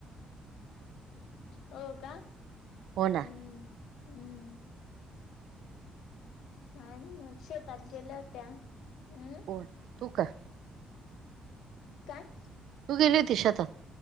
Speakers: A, on the left; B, on the right.
A: हो का?
B: हो ना.
A: हम्म हम्म. काय नायी मग शेतात गेल्या होत्या हम्म
B: होय तू का?
A: काय?
B: तू गेली होती शेतात.